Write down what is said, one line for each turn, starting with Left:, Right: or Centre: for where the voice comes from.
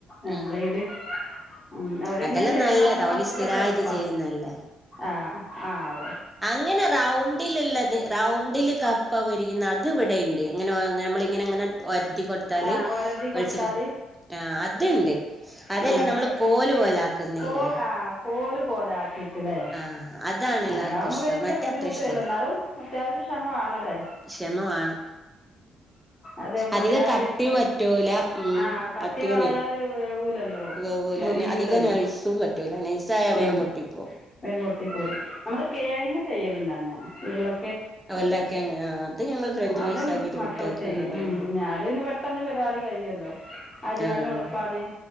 Left: ആ
Centre: ഉം
Left: ബ്ലൈഡ് ഉ അവരിങ്ങനെ
Centre: അതെല്ലാം
Left: ചെയ്യണാണുമ്പോ
Centre: നല്ലതാ
Left: നമ്മക്കല്ലാം
Centre: ഓല് സ്ഥിരായിട്ട്
Left: എളുപ്പ
Centre: ചെയ്യുന്നല്ലേ
Left: ആഹ ആ അവ
Centre: അങ്ങനെ റൗണ്ടിൽള്ളത് റൗണ്ടില് കപ്പരിക്കുന്ന അത് ഇവിടെണ്ട് ഇങ്ങനെ നമ്മള ഇങ്ങനെ ഇങ്ങനെ ഒരുത്തി കൊടുത്താല്
Left: ആ ഒരതി കൊടുത്താൽ
Centre: വെളിച്ച- ആ അത് ഉണ്ട് അതെല്ല
Left: ആ
Centre: നമ്മൾ
Left: മറ്റ്
Centre: കോല് പോലെ ആക്കുന്നില്ലേ
Left: കോൽ ആ കോല് പോലെ ആക്കിട്ടില്ലേ
Centre: ആഹ് അതാണ് എല്ലാർക്കും
Left: അതാവകുമ്പോ
Centre: ഇഷ്ടം
Left: വലിയ
Centre: മറ്റേ
Left: ബുദ്ധിമുട്ട്
Centre: അത്ര ഇഷ്ടല്ല
Left: വരില്ല എന്നാലും അത്യാവശ്യം ക്ഷമ വേണ്ടമണല്ലേ
Centre: ക്ഷമ വേണം
Left: അതെ പൊടിയാതെ
Centre: അധികം കട്ടി
Left: ഇരിക്കണെങ്കി
Centre: പറ്റൂല ഉം
Left: ആ കട്ടി
Centre: കട്ടിയാണ്
Left: ആയാല് വേവൂലല്ലോ
Centre: വേവൂല
Left: മൊരിയൂലല്ലോ
Centre: അധികം നൈസ്സും പറ്റൂല നൈസായാൽ
Left: ഉം
Centre: വേഗം പൊട്ടിപ്പോ
Left: വേഗം പൊട്ടി പോരും നമ്മള് കിഴങ്ങ് ചെയ്യലുണ്ട് അങ്ങനെ ഉരുള-
Centre: അവല്ലക്കെ അത് ഞങ്ങള് ഫ്രഞ്ച്
Left: അതും
Centre: ഫ്രൈസ് ആക്കിട്ട്
Left: മക്കള്
Centre: കുട്ടികൾക്ക്
Left: ചെയ്യും
Centre: അങ്ങനെ
Left: ഉം അത് പിന്നെ പെട്ടെന്ന് പരിപാടി കഴിയുമല്ലോ അരിയാനും
Centre: ആഹ്
Left: എളുപ്പാണ്